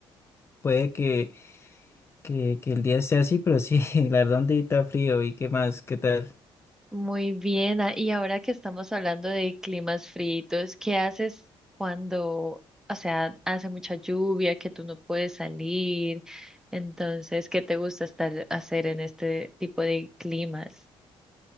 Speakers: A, on the left; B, in the centre.
A: puede que, que, que el día sea así, pero sí, <laughs> la verdad un día está frío, ¿y qué más? ¿Qué tal?
B: Muy bien. ah, Y ahora que estamos hablando de climas fritos, ¿qué haces cuando, o sea, hace mucha lluvia, que tú no puedes salir? Entonces, ¿qué te gusta estar hacer en este tipo de climas?